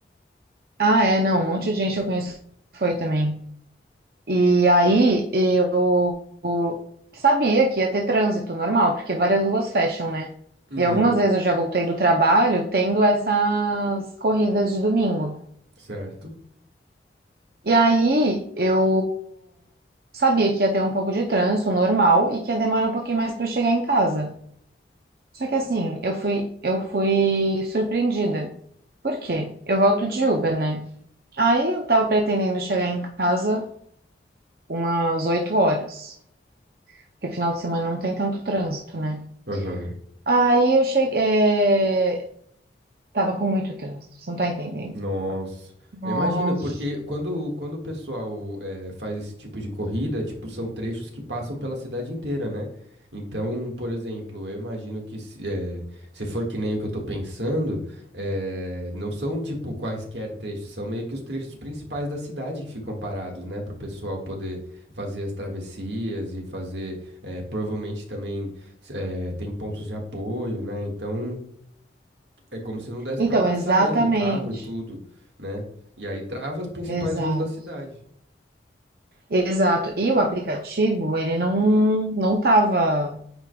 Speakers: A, on the right; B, on the right.
A: ah, é, não, um monte de gente que eu conheço foi também. E aí eu sabia que ia ter trânsito normal, porque várias ruas fecham, né?
B: Uhum,
A: E algumas vezes eu já voltei do trabalho tendo essas corridas de domingo.
B: certo.
A: E aí eu sabia que ia ter um pouco de trânsito normal e que ia demorar um pouquinho mais para chegar em casa. Só que assim, eu fui, eu fui surpreendida. Por quê? Eu volto de Uber, né? Aí eu tava pretendendo chegar em casa umas 8 horas, porque final de semana não tem tanto trânsito, né?
B: Aham.
A: Aí eu cheguei. é, Tava com muito trânsito, você não tá entendendo?
B: Nossa,
A: Nossa.
B: eu imagino, porque quando, quando o pessoal eh, faz esse tipo de corrida, tipo, são trechos que passam pela cidade inteira, né? Então, por exemplo, eu imagino que se, eh, se for que nem o que eu tô pensando, eh, não são tipo quaisquer trechos, são meio que os trechos principais da cidade que ficam parados, né? Para o pessoal poder fazer as travessias e fazer, eh, provavelmente também eh, tem pontos de apoio, né? Então, é como se não desse
A: Então,
B: pra passar
A: exatamente.
B: mesmo o carro e tudo, né? E aí trava as principais
A: Exato.
B: ruas da cidade.
A: Exato. E o aplicativo, ele não, não tava